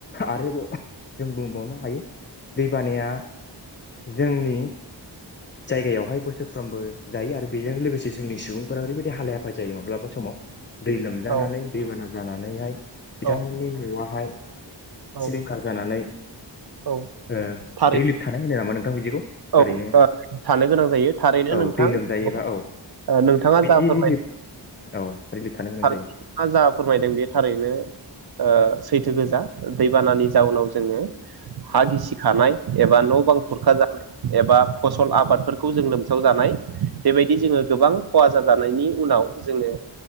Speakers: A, on the left; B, on the right.
A: आरोबाव जों बुंबावनो हायो दैबानाया जोंनि जायगायावहाय बोसोरफ्रोमबो जायो आरो बेजों लोगोसे जोंनि सुबुंफोरा ओरैबायदि हालाय हाफाय जायो माब्लाबा समाव दै लोमजानानै
B: औ
A: दैबाना जानानैहाय बिथांमोननि
B: औ
A: न'वावहाय
B: औ
A: सिलिंखार जानानै
B: औ
A: रिलिफ
B: थारै
A: थानाय‌ होनो नामा नों <unintelligible> बिदिखौ
B: औ <unintelligible>
A: ओरैनो
B: थानो गोनां जायो थारैनो
A: औ
B: नोंथां
A: दै लोमजायोबा
B: ओ
A: औ
B: नोंथाङा
A: बिदि
B: जा फोरमाय
A: रिलिफ औ रिलिफ थानो गोनां
B: थाङा
A: जायो
B: जा फोरमायदों बे थारैनो ओ सैथो गोजा दैबानानि जाउनाव जोङो हा गिसिखानाय एबा न बां खुरखा जानाय एबा फसल आबादफोरखौ जों लोमसावजानाय बेबायदि जोङो गोबां खहा जाजानायनि उनाव जोङो